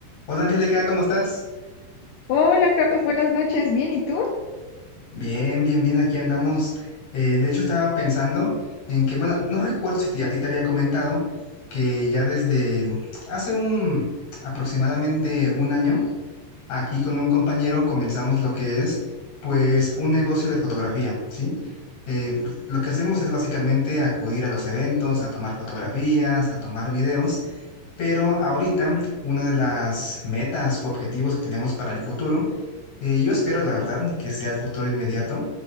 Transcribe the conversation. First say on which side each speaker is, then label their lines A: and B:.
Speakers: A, on the left; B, on the left.
A: Hola Angélica, ¿cómo estás?
B: Hola Carlos, buenas noches. Bien, ¿y tú?
A: Bien, bien, bien, aquí andamos. Eh, de hecho, estaba pensando en que, bueno, no recuerdo si te- a ti te había comentado que ya desde hace un aproximadamente un año Aquí con un compañero comenzamos lo que es, pues, un negocio de fotografía, ¿sí? Eh, lo que hacemos es básicamente acudir a los eventos, a tomar fotografías, a tomar videos, pero ahorita una de las metas u objetivos que tenemos para el futuro, eh, yo espero, la verdad, que sea el futuro inmediato,